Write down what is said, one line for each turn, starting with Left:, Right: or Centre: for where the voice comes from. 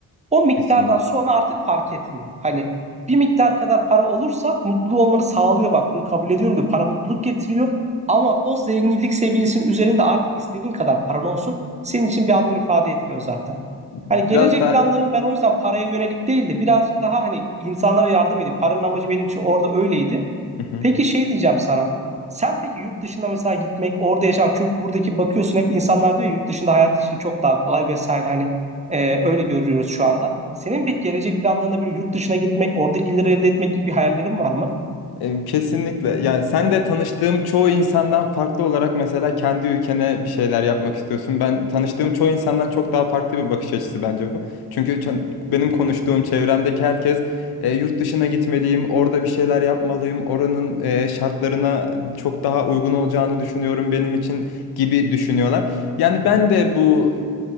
Right: O miktardan
Left: Kesinlikle.
Right: sonra artık fark etmiyor. Hani bir miktar kadar para olursa mutlu olmanı sağlıyor bak bunu kabul ediyorum diyor. Para mutluluk getiriyor. Ama o zenginlik seviyesinin üzerinde artık istediğin kadar paran olsun senin için bir anlam ifade etmiyor zaten.
Left: Biraz
Right: Hani gelecek
Left: daha
Right: planlarım ben o yüzden paraya yönelik değil de birazcık daha hani insanlara yardım edeyim. Paranın amacı benim için orada öyleydi.
Left: Hı hı.
Right: Peki şey diyeceğim sana. Sen peki yurt dışında mesela gitmek, orada yaşamak. Çünkü buradaki bakıyorsun hep insanlar diyor ya, yurt dışında hayat işte çok daha kolay vesaire. Hani e, öyle görüyoruz şu anda. Senin pek gelecek planlarında böyle yurt dışına gitmek, orada gelir elde etmek gibi bir hayallerin var mı?
Left: E, Kesinlikle. Yani sen de tanıştığım çoğu insandan farklı olarak mesela kendi ülkene bir şeyler yapmak istiyorsun. Ben tanıştığım çoğu insandan çok daha farklı bir bakış açısı bence bu. Çünkü ço- benim konuştuğum çevremdeki herkes e, yurt dışına gitmeliyim, orada bir şeyler yapmalıyım, oranın e, şartlarına çok daha uygun olacağını düşünüyorum benim için gibi düşünüyorlar. Yani ben de bu